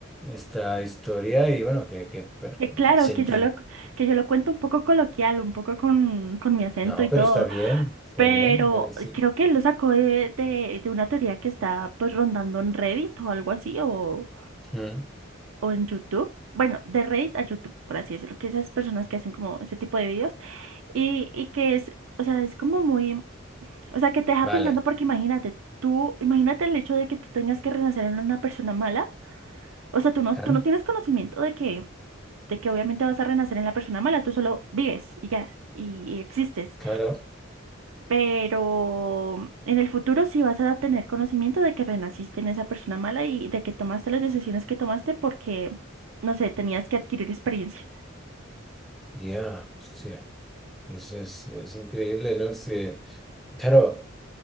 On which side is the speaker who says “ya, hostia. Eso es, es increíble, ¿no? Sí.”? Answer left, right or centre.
Centre